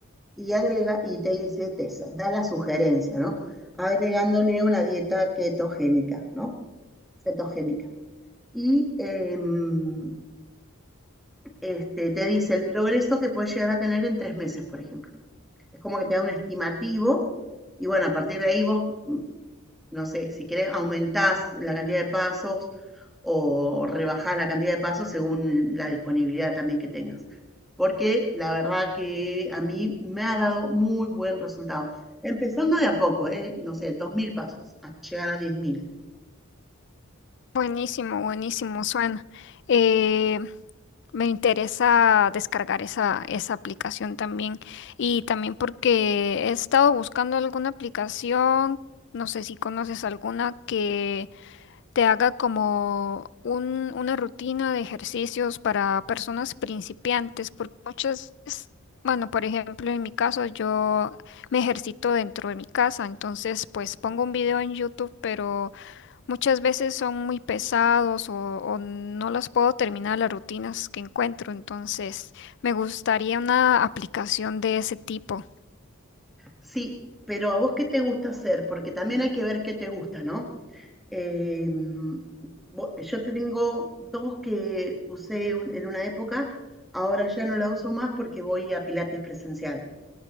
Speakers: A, in the centre; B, on the left.
A: Y agrega, y te dice, te da la sugerencia, ¿no? Agregándole una dieta ketogénica, ¿no? Cetogénica y em, este, te dice el progreso que puedes llegar a tener en tres meses, por ejemplo. Es como que te da un estimativo y bueno, a partir de ahí vos, mm, no sé, si querés aumentás la cantidad de pasos o rebajás la cantidad de pasos según la disponibilidad también que tengas. Porque la verdad que a mí me ha dado muy buen resultado. Empezando de a poco, ¿eh? no sé, 2.000 pasos hasta llegar a diez mil
B: Buenísimo, buenísimo, suena. Eh, me interesa descargar esa, esa aplicación también. Y también porque he estado buscando alguna aplicación, no sé si conoces alguna que te haga como un, una rutina de ejercicios para personas principiantes, porque muchas veces, bueno, por ejemplo, en mi caso yo me ejercito dentro de mi casa, entonces pues pongo un video en YouTube, pero... Muchas veces son muy pesados o, o no las puedo terminar las rutinas que encuentro, entonces me gustaría una aplicación de ese tipo.
A: Sí, pero ¿a vos qué te gusta hacer? Porque también hay que ver qué te gusta, ¿no? Eh, bo- yo tengo dos que usé un- en una época, ahora ya no la uso más porque voy a Pilates presencial.